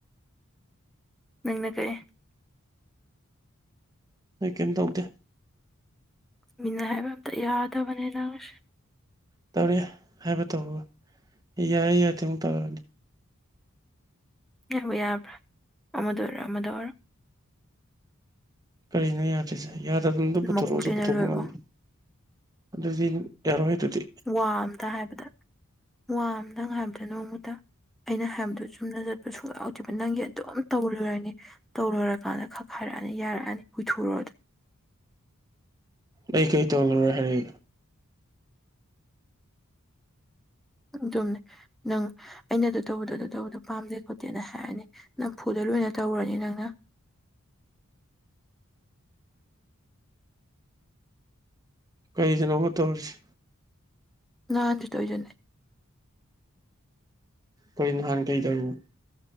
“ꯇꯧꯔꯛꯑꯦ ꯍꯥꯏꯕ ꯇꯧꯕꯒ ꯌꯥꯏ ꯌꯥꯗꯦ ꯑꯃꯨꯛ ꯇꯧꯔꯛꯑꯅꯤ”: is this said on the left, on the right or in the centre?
Right